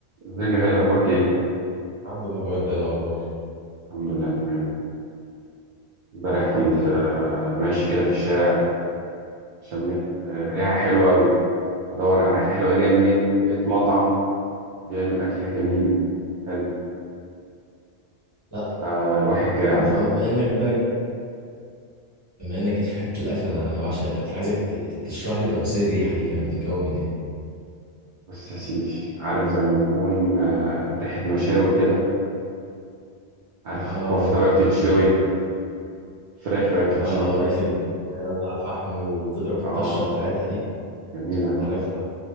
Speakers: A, on the right; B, on the right.
A: ازيك يا غالي اخبارك ايه
B: الحمد لله يا اخويا انت ايه الاخبار
A: الحمد لله تمام امبارح كنت
B: ايه الدنيا
A: آه، ماشي كده في الشارع شميت آه، ريحه حلوه قوي ادور على الريحه الحلوه دي جايه منين لقيت مطعم بيعمل اكل جميل حلو
B: لا
A: فالواحد جاع
B: بما
A: بقى وكده
B: انك بقى جيت بما انك جيت في حته الاكل انا انا بعشق الاكل عايزك ت- ت- تشرح لي تفاصيل الريحه دي كانت بتتكون من ايه
A: بص يا سيدي عارف زي ما يكون آه، ريحه مشاوي كده عارف
B: اه
A: الكفته وهي بتتشوي
B: ريحه مشاوي
A: فراخ وهي بتتشوي
B: اه آه، ريحه الدهون وهي نازله على الفحم وتضرب الطشه
A: اه
B: بتاعتها دي
A: جميله
B: عارفها